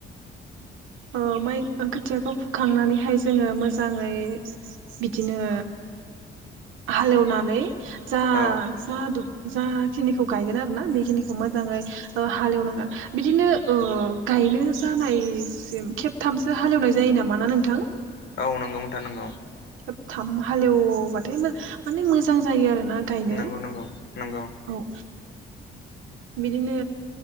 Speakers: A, on the right; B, on the left.
A: ओ माइ खोथियाखौ फुखांनानैहाय जोङो मोजाङै बिदिनो हालेवनानै जा
B: औ
A: जा दुब जाखिनिखौ गायगोन आरो ना बेखिनिखौ मोजाङै हालेवनांगोन बिदिनो ओ गायनो जानायसिम खेब थामसो हालेवनाय जायो नामा ना नोंथां?
B: औ नोंगौ नोंथां नोंगौ
A: खेबथाम हालेवबाथाय मोन माने मोजां जायो आरो ना गायनो
B: नंगौ नंगौ नंगौ
A: औ बिदिनो